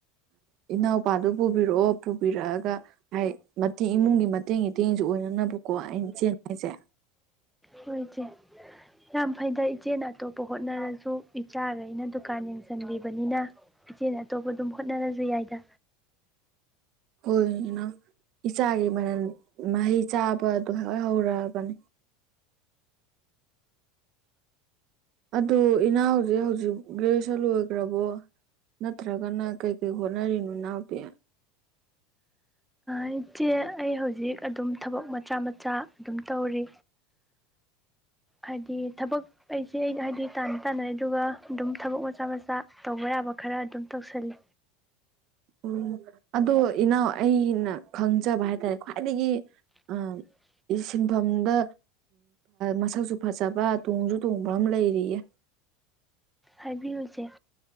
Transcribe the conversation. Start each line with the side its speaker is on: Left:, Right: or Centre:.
Right: ꯏꯅꯥꯎꯄꯥꯗꯨ ꯄꯨꯕꯤꯔꯛꯑꯣ ꯄꯨꯕꯤꯔꯛꯑꯒ ꯍꯥꯏ ꯃꯊꯤ ꯏꯃꯨꯡꯒꯤ ꯏꯇꯦꯡ ꯏꯇꯦꯡꯁꯨ ꯑꯣꯏꯅꯅꯕꯀꯣ ꯑꯩꯅ ꯏꯆꯦꯅ ꯍꯥꯏꯁꯦ
Centre: ꯍꯣꯏ ꯏꯆꯦ ꯌꯥꯝ ꯐꯩꯗ ꯏꯆꯦ ꯑꯇꯣꯞꯄ ꯍꯣꯠꯅꯔꯁꯨ ꯏꯆꯥꯈꯩꯅ ꯗꯨꯀꯥꯟ ꯌꯦꯡꯁꯟꯕꯤꯕꯅꯤꯅ ꯏꯆꯦ ꯑꯇꯣꯞꯄ ꯑꯗꯨꯝ ꯍꯣꯠꯅꯔꯁꯨ ꯌꯥꯏꯗ
Right: ꯍꯣꯏꯅ ꯏꯆꯥꯒꯤ ꯃꯔꯜ ꯃꯍꯩ ꯆꯥꯕꯗꯣ ꯍꯣꯏ ꯍꯧꯔꯛꯑꯔꯕꯅꯤ ꯑꯗꯨ ꯏꯅꯥꯎ ꯍꯧꯖꯤꯛ ꯍꯧꯖꯤꯛ ꯒ꯭ꯔꯦꯖꯨꯦꯁꯟ ꯂꯣꯏꯈ꯭ꯔꯕꯣ ꯅꯠꯇ꯭ꯔꯒꯅ ꯀꯩ ꯀꯩ ꯍꯣꯠꯅꯔꯤꯅꯣ ꯏꯅꯥꯎꯗꯤ
Centre: ꯑꯩꯆꯦ ꯑꯩ ꯍꯧꯖꯤꯛ ꯑꯗꯨꯝ ꯊꯕꯛ ꯃꯆꯥ ꯃꯆꯥ ꯑꯗꯨꯝ ꯇꯧꯔꯤ ꯍꯥꯏꯗꯤ ꯊꯕꯛ ꯑꯩꯁꯦ ꯑꯩ ꯍꯥꯏꯗꯤ ꯇꯥꯟꯅ ꯇꯥꯅꯔꯩ ꯑꯗꯨꯒ ꯑꯗꯨꯝ ꯊꯕꯛ ꯃꯆꯥ ꯃꯆꯥ ꯇꯧꯕ ꯌꯥꯕ ꯈꯔ ꯑꯗꯨꯝ ꯇꯧꯁꯜꯂꯤ
Right: ꯎꯝ ꯑꯗꯣ ꯏꯅꯥꯎ ꯑꯩꯅ ꯈꯪꯖꯕ ꯍꯥꯏꯇꯥꯔꯦ ꯈ꯭ꯋꯥꯏꯗꯒꯤ
Centre: <unintelligible>
Right: ꯑꯥ ꯁꯤꯟꯐꯝꯗ ꯃꯁꯛꯁꯨ ꯐꯖꯕ ꯇꯣꯡꯁꯨ ꯇꯣꯡꯕ ꯑꯃ ꯂꯩꯔꯤꯌꯦ
Centre: ꯍꯥꯏꯕꯤꯌꯨꯁꯦ